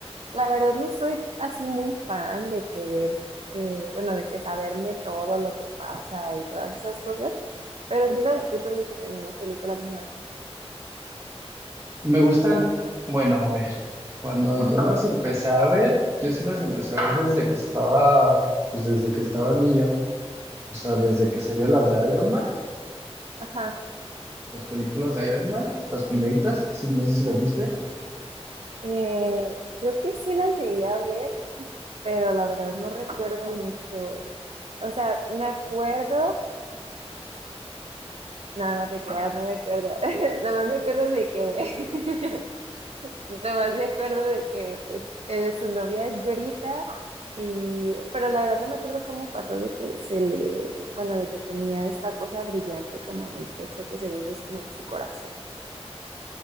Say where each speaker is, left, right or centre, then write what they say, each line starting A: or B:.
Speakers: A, on the right (about 65°); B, on the right (about 25°).
A: la verdad no soy así muy fan de que ver, eh, bueno, de que saberme todo lo que pasa y todas esas cosas, pero sí lo disfruto mucho también las películas de Marvel.
B: Me gustan, bueno, a ver, cuando yo las empecé a ver, yo sí las empecé a ver desde que estaba, pues desde que estaba niño, o sea, desde que salieron las de Iron Man,
A: Ajá.
B: las películas de Iron Man, las primeritas, sí, no sé si las viste.
A: Eh, creo que sí las llegué a ver, pero la verdad no recuerdo mucho. O sea, me acuerdo, no, no te creas, no me acuerdo. <laughs> Nada más me acuerdo de que <laughs> Nada más me acuerdo de que pues eh, su novia es güerita y pero la verdad no me acuerdo cómo pasó de que se le, bueno, de que tenía esta cosa brillante como en el pecho que según yo es como su corazón.